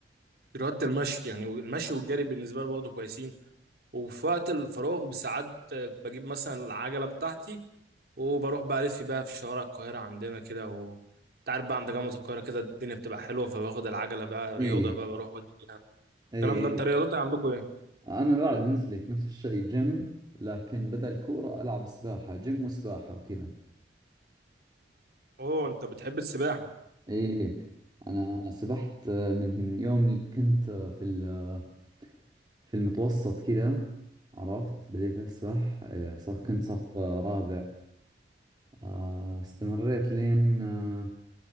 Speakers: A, on the right; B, on the right.
A: رياضة المشي يعني المشي والجري بالنسبة لي برضه كويسين وفي وقت الفراغ بساعات بجيب مثلا العجلة بتاعتي وبروح بقى ألف بقى في شوارع القاهرة عندنا كده و أنت عارف بقى عند جامعة القاهرة كده الدنيا بتبقى حلوة فباخد العجلة بقى رياضة
B: إيه
A: بقى بروح وأجي يعني
B: إيه
A: الكلام
B: أيوه
A: ده أنت رياضتك عندكم إيه؟
B: أنا بعد مثلك نفس الشيء جيم لكن بدل كورة ألعب سباحة جيم وسباحة وكذا
A: أوه أنت بتحب السباحة أنت
B: إيه إيه. أنا سبحت آه، من يوم كنت آه، في ال- آه، في المتوسط كذا عرفت بديت أسبح إيه، صف كنت صف آه، رابع آه، استمريت لين آه،